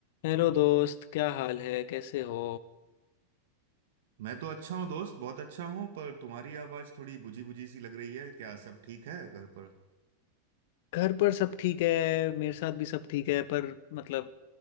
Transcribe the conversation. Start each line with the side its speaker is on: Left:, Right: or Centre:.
Left: Hello दोस्त क्या हाल है कैसे हो
Right: मैं तो अच्छा हूँ दोस्त बहुत अच्छा हूँ पर तुम्हारी आवाज थोड़ी बुझी बुझी सी लग रही है क्या सब ठीक है घर पर
Left: घर पर सब ठीक है मेरे साथ भी सब ठीक है पर मतलब